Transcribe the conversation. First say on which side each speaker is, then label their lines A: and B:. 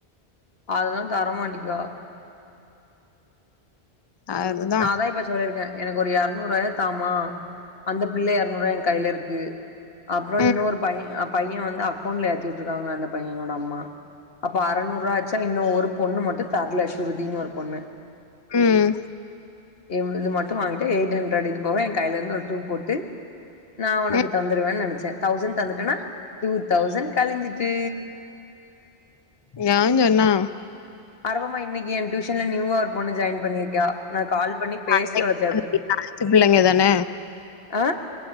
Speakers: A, on the left; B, on the left.
A: அதுல்லா தரமாட்டிக்கா
B: அதுதா
A: நா அதா இப்ப சொல்லியிருக்கே எனக்கு ஒரு எரநூரூவாய தாம்மா அந்த பிள்ளைைய எரநூரூவாய ஏ கையில இருக்கு அப்பறோ
B: ம்
A: இன்னொரு பைய பைய வந்து அக்கௌண்ட்ல ஏத்தி விட்ருக்காங்க அந்த பையனோட அம்மா அப்ப அறநூரூவாச்சா இன்னு ஒரு பொண்ணு மட்டு தரல ஸ்ருதின்னு ஒரு பொண்ணு
B: ம்
A: இ இது மட்டு வாங்கிட்டு எயிட் ஹண்ரட் இது போக எ கையிலிருந்து ஒரு டூ போட்டு நா உனக்கு
B: ம்
A: தந்துருவன் நனைச்சே தௌசண்ட் தந்துட்டனா டூ தௌசண்ட் கழிஞ்சிட்டு
B: யாவ்ஞ்சொன்னா
A: அரவமா இன்னிக்கு என் டியூஷன்ல நியூவா ஓரு பொண்ணு ஜாயின் பண்ணிருக்கா நா கால் பண்ணி பேசி
B: இன்னைக்கு
A: அவள சேத்திருக்கே
B: ஒண்ணு இல்ல, அஞ்சு பிள்ளைங்க தான
A: ஆ